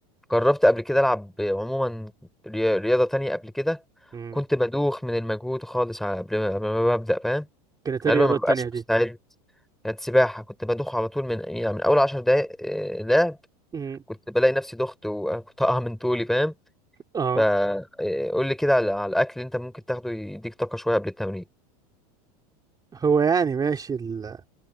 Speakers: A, in the centre; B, on the right.
A: جربت قبل كده ألعب عموما ري- رياضة تانية قبل كده
B: مم.
A: كنت بدوخ من المجهود خالص على- قبل ما قبل ما ببدأ فاهم
B: كانت إيه
A: غالبا
B: الرياضة
A: ما ببقاش
B: التانية دي
A: مستعد كانت سباحة كنت بدوخ على طول من يعني من أول عشر دقايق آه، لعب
B: مم.
A: كنت بلاقي نفسي دخت وطاقة من طولي فاهم
B: اه
A: فقول لي كده على على الاكل اللي انت ممكن تاخده يديك طاقه شويه قبل التمرين
B: هو يعني ماشي ال...